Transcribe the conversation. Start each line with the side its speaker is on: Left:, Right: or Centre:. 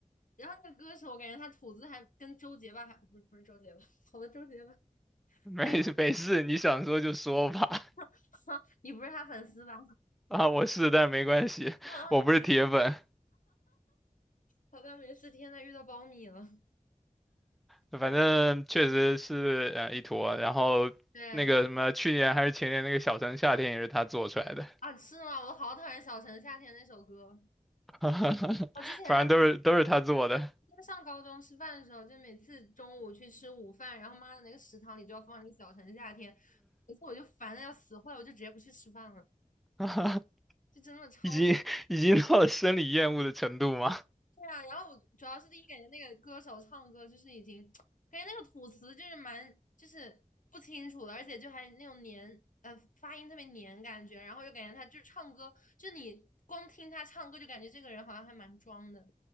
Left: 然后那个歌手，我感觉他吐字还跟周杰吧，还不是不是周杰吧，好的周杰吧，
Centre: <laughs> 没没事，
Left: 跟
Centre: 你想说就说吧。
Left: <laughs> 你不是他粉丝吧？
Centre: <laughs> 啊，我是，但没关系，
Left: 啊嗯，
Centre: 我不是铁粉，
Left: 那没好像没事。天呐，遇到苞米了。
Centre: 反正确实是啊一坨。然后那个什么，
Left: 对
Centre: 去年还是前年那个《小城夏天》也是他做出来的，
Left: 啊，是吗？我好讨厌小城夏天那首歌。
Centre: <laughs>
Left: 我之前呢，
Centre: 反正都是都是他做的，
Left: 就上高中吃饭的时候，就每次中午去吃午饭，然后妈的那个食堂里就要放那个小城夏天，每次我就烦的要死，后来我就直接不去吃饭了，
Centre: <laughs>
Left: 就真的超
Centre: 已经已经到了生理厌恶的程度吗？
Left: 对啊，然后我主要是第一感觉那个歌手唱歌就是已经，感觉那个吐词就是蛮就是不清楚的，而且就还那种黏呃发音特别黏感觉，然后又感觉他就是唱歌，就你光听他唱歌就感觉这个人好像还蛮装的，